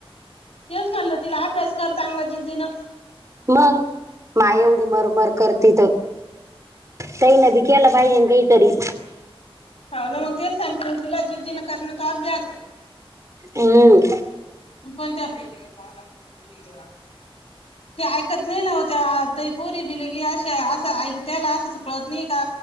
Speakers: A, on the left; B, on the right.
A: तेच म्हणलं तिला अभ्यास कर चांगला जिद्दीनं
B: मंग माय एवढी मरमर करती तर तई न बी केला पाहिजे ना काहीतरी
A: हाव ना मग तेच सांगते म तिला जिद्दीनं कर ना तू अभ्यास
B: हम्म
A: <unintelligible> ते ऐकत नाही ना होत ताई पोरी बी लगी अशा असं ऐक त्याला असं कळत नाही का?